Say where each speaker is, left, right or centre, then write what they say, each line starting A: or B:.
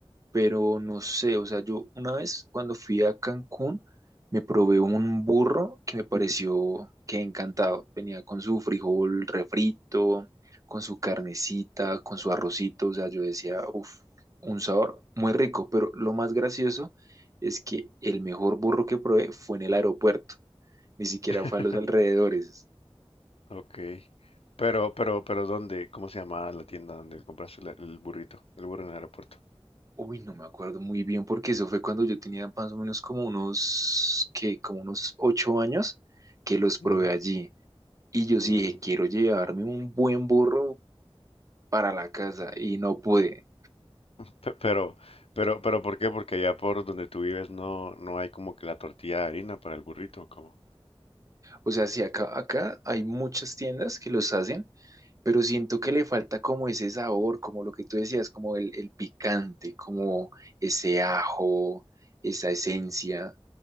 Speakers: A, on the right; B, on the left.
A: pero no sé, o sea, yo una vez cuando fui a Cancún me probé un burro que me pareció que encantado. Venía con su frijol refrito, con su carnecita, con su arrocito, o sea, yo decía, uff, un sabor muy rico, pero lo más gracioso es que el mejor burro que probé fue en el aeropuerto, ni siquiera
B: <laughs>
A: fue a los alrededores.
B: Ok, pero, pero, pero ¿dónde? ¿Cómo se llama la tienda donde compraste la- el burrito, el burro en el aeropuerto?
A: Uy, no me acuerdo muy bien porque eso fue cuando yo tenía más o menos como unos, que como unos ocho años que los probé
B: Ujú.
A: allí. Y yo sí
B: Mm,
A: dije, quiero llevarme un buen burro para la casa y no pude.
B: Pe- Pero, pero, pero, ¿por qué? Porque allá por donde tú vives no, no hay como que la tortilla de harina para el burrito, ¿o cómo?
A: O sea, sí, acá, acá hay muchas tiendas que los hacen, pero siento que le falta como ese sabor, como lo que tú decías, como el, el picante, como ese ajo, esa esencia.